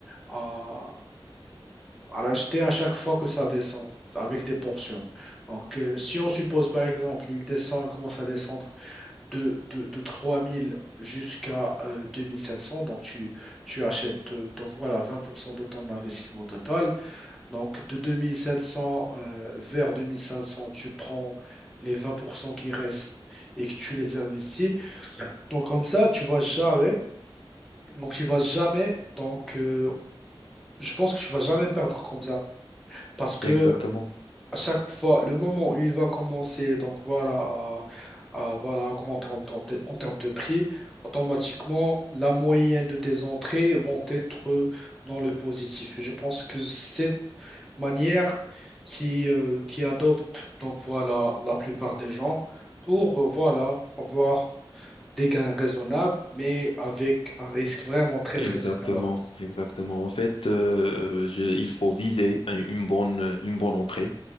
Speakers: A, in the centre; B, on the left.
A: à, à l'acheter à chaque fois que ça descend avec des portions. Donc, euh, si on suppose par exemple, il descend, il commence à descendre de, de, de 3000 jusqu'à euh, 2700, donc tu, tu achètes euh, donc voilà, 20% de ton investissement total. Donc, de 2700 euh, vers 2500, tu prends les 20% qui restent et que tu les investis. Donc, comme ça, tu vas jamais. Donc, tu vas jamais. Donc, euh, je pense que tu vas jamais perdre comme ça. Parce que
B: Exactement.
A: à chaque fois, le moment où il va commencer, donc voilà, à, à, voilà, augmenter en, termes de en termes de prix, automatiquement, la moyenne de tes entrées vont être dans le positif. Et je pense que cette manière qui, euh, qui adopte, donc voilà, la plupart des gens pour, euh, voilà, avoir des gains raisonnables, mais avec un risque vraiment très,
B: Exactement,
A: très, très bas.
B: exactement. En fait, euh, je- il faut viser un- une bonne, une bonne entrée.